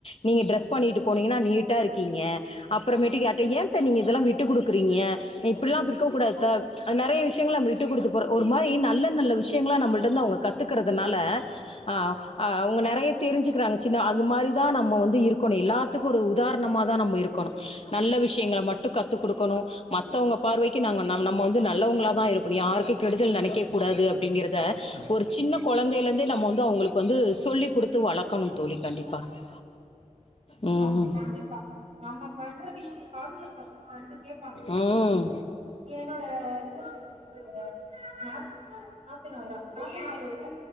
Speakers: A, on the left (about 50°); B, on the right (about 55°).
A: நீங்க ட்ரெஸ் பண்ணிட்டு போனிங்கனா நீட்டா இருக்கிங்க அப்பறமேட்டு யார்ட ஏத்த நீங்க இதல்லா விட்டு குடுக்கிறிங்க இப்பிட்லா இரு க்க கூடாதுத்த அ நறைய விஷ்யங்கள்ல அ டு குடுத்து போற ஒரு மாரி நல்ல நல்ல விஷ்யங்களா நம்மள்டந்து அவுங்க கத்துக்குறதுனால அ அ வுங்க நறைய தெரிஞ்சிக்குறாங்க சின்னா அது மாரிதா நம்ம வந்து இருக்கனு எல்லாத்துக்கொரு உதாரணமா தா நம்ப இருக்கனு நல்ல விஷ்யங்கள மட்டு கத்துகுடுக்கணு மத்தவுங்க பார்வைக்கு நாங்க நம்ம வந்து நல்லவங்களா தா இருக்கணு யாருக்கு கெடுதல் நெனக்க கூடாது அப்டிங்கிறத ஒரு சின்ன கொழந்தைலெந்தே நம்ம வந்து அவுங்களுக்கு வந்து சொல்லி கொடுத்து வளர்க்கணும் தோழி கண்டிப்பாக ம்
B: ஆமா கண்டிப்பா நம்ம பண்ற விஷ்யத்த பாத்து பசங்க வந்து கேப்பாங்க
A: ம்
B: இது என்னோட வேல என்ன சொல்றது <unintelligible> நா நாத்தனாரா நாத்தனாரோட